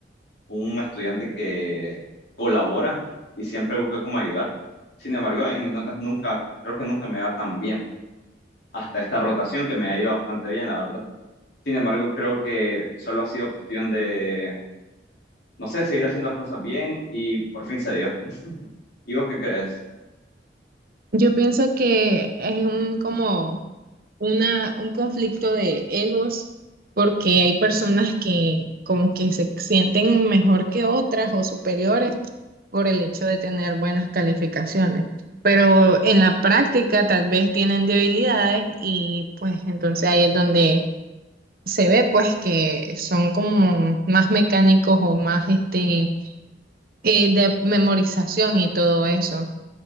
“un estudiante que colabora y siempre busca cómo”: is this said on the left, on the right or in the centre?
Left